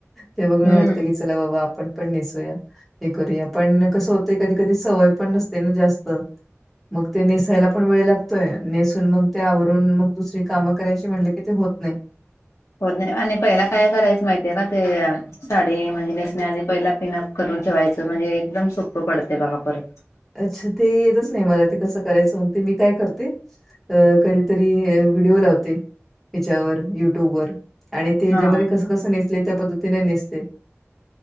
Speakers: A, in the centre; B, on the left (about 75°).
A: ते बघून
B: हम्म
A: वाटतं की चला बाबा आपण पण नेसूया हे करूया पण कसं होतंय कधी कधी सवय पण नसते ना जास्त मग ते नेसायला पण वेळ लागतोय नेसून मग ते आवरून मग दुसरी कामं करायची म्हणलं की ते होत नाही. <inaudible>
B: होत नाही, आणि पहिला काय करायचं माहितीये का ते साडी म्हणजे नेसण्याआधी पहिला पिनअप करून ठेवायचं म्हणजे एकदम सोपं पडते बघा परत.
A: अच्छा ते येतच नाही ते मला कसं करायचं म्हणते, मी काय करते अ कधीतरी व्हिडिओ लावते हेच्यावर युट्यूबवर आणि ते याच्यामध्ये
B: हा
A: कसं कसं नेसले त्या पद्धतीने नेसते.